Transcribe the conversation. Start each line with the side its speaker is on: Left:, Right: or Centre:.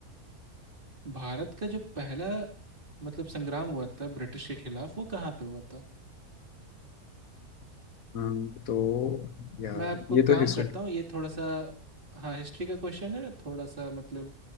Right: भारत का जो पहला मतलब संग्राम हुआ था ब्रिटिश के खिलाफ वो कहाँ पे हुआ था
Left: हाँ तो यार
Right: मैं आपको
Left: ये
Right: काम
Left: तो हिस्ट्री
Right: करता हूँ ये थोड़ा सा हाँ हिस्ट्री का क्वेश्चन है थोड़ा सा मतलब